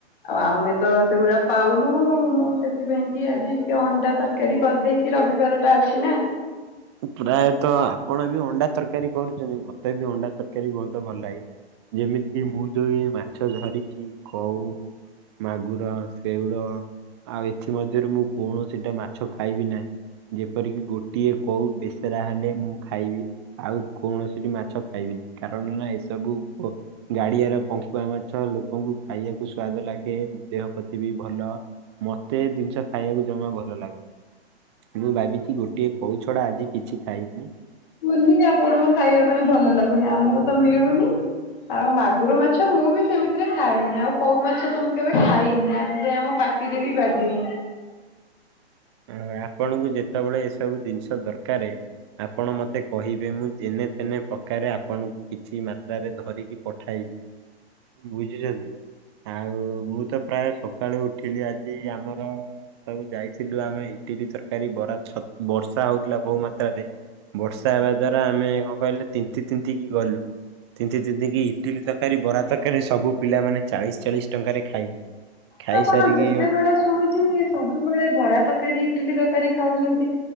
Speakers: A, on the left; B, on the right.
A: ଆଉ ଆମେ ତ ସେଗୁଡା ପାଉନୁ ମୁଁ ସେଥିପାଇଁ କି ଆଜି ଟିକେ ଅଣ୍ଡା ତରକାରୀ। କାରରି କରିଦେଇଛି ରବିବାର ଟା ଅଛି ନା।
B: ପ୍ରାୟତଃ ଆପଣ ବି ଅଣ୍ଡା ତରକାରୀ କରୁଛନ୍ତି ମତେ ବି ଅଣ୍ଡା ତରକାରୀ ବହୁତ ଭଲ ଲାଗେ। ଯେମିତି କି ମୁଁ ଯୋଉ ମାଛ ଧରିକି କହୁ ମାଗୁର ଶେଉଳ ଆଉ ଏଥିମରେ ମୁଁ କୌଣସିଟା ମାଛ ଖାଇବି ନାହିଁ ଯେପରିକି ଗୋଟିଏ କୋଉ ବେସରା ହେଲେ ମୁଁ ଖାଇବି। ଆଉ କୌଣସି ବି ମାଛ ଖାଇବି ନାହିଁ କାରଣ ନା ଏସବୁ ଗାଡିଆର ପଙ୍କୁଆ ମାଛ ଲୋକଙ୍କୁ ଖାଇବାକୁ ସ୍ଵାଦ ଲାଗେ ଦେହ ପ୍ରତି ବି ଭଲ। ମତେଏ ଜିନିଷ ଖାଇବାକୁ ଜମା ଭଲ ଲାଗେ ନା ମୁଁ ଭାବିଛି ଗୋଟିଏ କୋଉ ଛଡା ଆଜି କିଛି ଖାଇବିନି।
A: ନି ଆପଣଙ୍କୁ ଖାଇବା ପାଇଁ ଭଲ ଲାଗୁନି ଆମକୁ ତ ମିଳୁନି। ଆଉ ମାଗୁର ମାଛ ମୁଁ ବି ସେମିତିରେ ଖାଏନି ଆଉ କଉ ମାଛ ତ ମୁଁ କେବେ ଖାଇନି ଆଜି ଯ ଆମ ପାଖ। କିରେ ବି ବାଜି
B: ହ ଆପଣଙ୍କୁ ଯେତେବେଳେ ଏସବୁ ଜିନିଷ ଦରକାର। ଆପଣ ମତେ କହିବେ ମୁଁ ଯେନେ ତେନେ ପ୍ରକାରେ ଆପଣଙ୍କୁ କିଛି ମାତ୍ରାରେ ଧରିକି ପଠାଇବି। ବୁଝିଛନ୍ତି ଆଉ ମୁଁ ତ ପ୍ରାୟ ସକାଳୁ ଉଠିଲି ଆଜି ଆମର ସବୁ ଯାଇଛି। ଥିଲୁ ଆମେ ଇଟିଲ ତରକାରୀ ବରାଛ ବର୍ଷା ହଉଥିଲା ବହୁ ମାତ୍ରାରେ ବର୍ଷା ହେବା ଦ୍ଵାରା ଆମେ କଣ କହିଲେ ତିତି ତିିତି କିି ଗଲୁ? ତିତିନ୍ତି କିି ଇଟିଲି ତରକାରୀ ବରା ତରକାରୀ ସବୁ ପିଲାମାନେ ଚାଳିଶ ଚାଳିଶ ଟଙ୍କାରେ ଖାଇଲେ। ଖାଇସାରିକି
A: କଣ କଣ ଯେତେବେଳେ ଶୁଣୁଛି ସବୁବେଳେ ବରା ତରକାରୀ ଇଟିଲି ତରକାରୀ ଖାଉଛନ୍ତି?